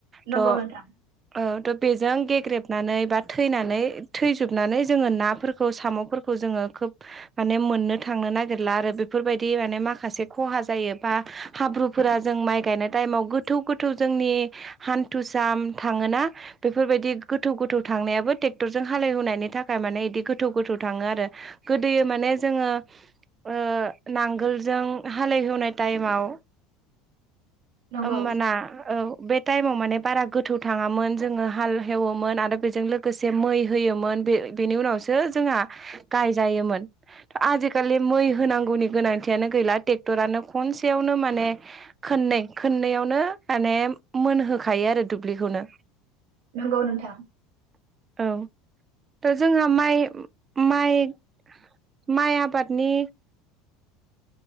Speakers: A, on the right (about 25°); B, on the right (about 80°).
A: थ'
B: नंगौ नोंथां
A: औ थ' बेजों गेग्रेबनानै बा थैनानै थैजोबनानै जोङो नाफोरखौ साम'फोरखौ जोङो खोब माने मोननो थांनो नागिरला आरो बेफोरबायदि माने माखासे खहा जायो बा हाब्रुफोरा जों माइ गायनाय टाइमाव गोथौ गोथौ जोंनि हान्थुसा थाङोना बेफोरबायदि गोथौ गोथौ थांनायाबो टे क्टरजों हाले एवनायनि थाखाय माने बिदि गोथौ गोथौ थाङो आरो गोदोयो माने जोङो ओ नांगोलजों हालेहेवनाय टाइमाव
B: नंगौ
A: ओमबाना औ बे टाइमाव माने बारा गोथौ थाङामोन जोङो हाल हेवोमोन आरो बेजों लोगोसे जे मै होयोमोन बे बेनि उनावसो जोंहा गायजायोमोन आजिखालि मै होनांगौनि गोनांथियानो गैला टेक्टरानो खनसेयावनो माने खोननै खोननैयावनो माने मोनहोखायो आरो दुब्लिखौनो
B: नंगौ नोंथां
A: औ दा जोंहा माइ माइ माइ आबादनि